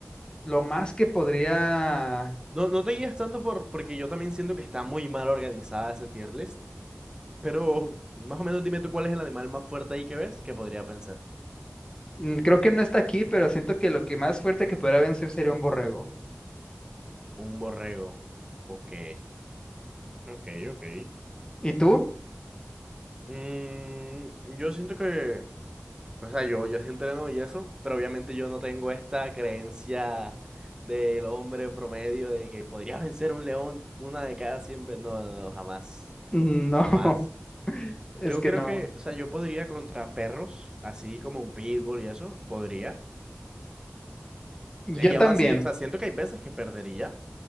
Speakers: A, on the left; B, on the right.
A: lo más que podría,
B: No, no te guías tanto por, porque yo también siento que está muy mal organizada ese tier list, pero más o menos dime tú cuál es el animal más fuerte ahí que ves que podría pensar.
A: mm, creo que no está aquí, pero siento que lo que más fuerte que podría vencer sería un borrego.
B: Un borrego. Ok, ok, ok.
A: ¿Y tú?
B: Mm, yo siento que, o sea, yo, yo sí entreno y eso, pero obviamente yo no tengo esta creencia del hombre promedio de que podría vencer un león una de cada 100 veces. No, no, no, jamás,
A: Mm, No,
B: jamás.
A: <laughs> es
B: Yo
A: que
B: creo
A: no.
B: que, o sea, yo podría contra perros, así como un pitbull y eso, podría.
A: Yo
B: Y
A: también.
B: aún así, o sea, siento que hay veces que perdería,